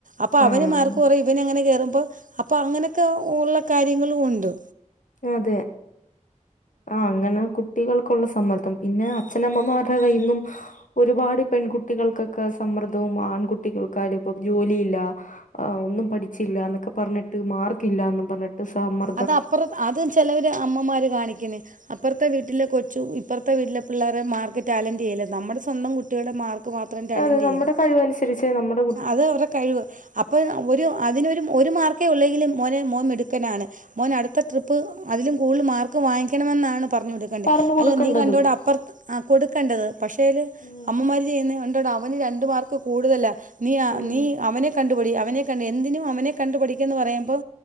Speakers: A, on the right; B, on the left.
A: അപ്പൊ അവന്
B: ആഹ്
A: മാർക്ക് കുറയു ഇവനങ്ങനെ കേറുമ്പോ അപ്പൊ അങ്ങനെക്കെ ഉള്ള കാര്യങ്ങളും ഉണ്ട്.
B: അതെ ആ അങ്ങനെ കു ട്ടികൾക്കുള്ള സമ്മർദ്ദം പിന്നെ അച്ഛനമ്മമാരുടെ കയ്യിന്നും ഒരുപാട് പെൺകുട്ടികൾക്കൊക്കെ സമ്മർദ്ദവും ആൺകുട്ടികൾക്കാലും ഇപ്പം ജോലിയില്ല ആ ഒന്നും പഠിച്ചില്ല ന്നൊക്കെ പറഞ്ഞ്ട്ട് മാർക്ക് ഇല്ലന്നും പറഞ്ഞ്ട്ട് ദ്സമ
A: അതപ്റ അതും ചിലവര് അമ്മമാര് കാണിക്കണെ അപ്പർത്തെ വീട്ടിലെ കൊ ചു ഇപ്പർത്തെ വീട്ടിലെ പിള്ളേരെ മാർക്ക് ടാലന്റ്യ്യല്ല നമ്മടെ സ്വന്തം കുട്ടികളുടെ മാർക്ക് മാത്രം ടാലന്റിയ്യണം.
B: അതെ നമ്മുടെ കഴിവനുസരിച്ച് നമ്മടെ
A: അത് അവരുടെ കഴിവ് അപ്പൊ ഒരു അതിനൊരു ഒരു മാർക്കേ ഒള്ളെങ്കിലും മോനെ മോ മിടുക്കനാണ് മോനടുത്ത ട്രിപ്പ് അതിലും കൂടുതൽ മാർക്ക് വാങ്ങിക്കണമെന്നാണ് പറഞ്ഞു വിട്
B: പറഞ്ഞു കൊടുക്കേണ്ടത്
A: അല്ല നീ കണ്ടോട അപ്പർത്ത് ആ കൊടുക്കണ്ടത് പക്ഷേ അയില്
B: ഉം
A: അമ്മമാര് ചെയ്യുന്നെ കണ്ടോടാ അവന് രണ്ട്മാർക്ക് കൂടുതലാ നീ ആ
B: ഉം.
A: നീ അവനെ കണ്ടുപടി അവനെ തന്നെ എന്തിനും അവനെ കണ്ടുപഠിക്കന്ന് പറയുമ്പോ